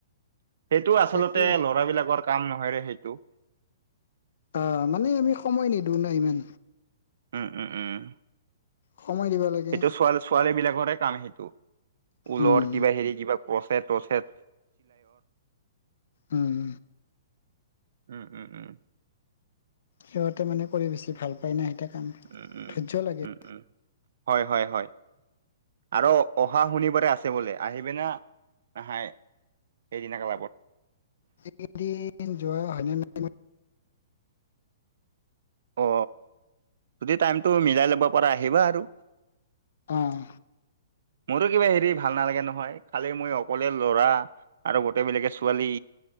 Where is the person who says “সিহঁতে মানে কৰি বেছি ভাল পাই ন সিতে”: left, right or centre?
Left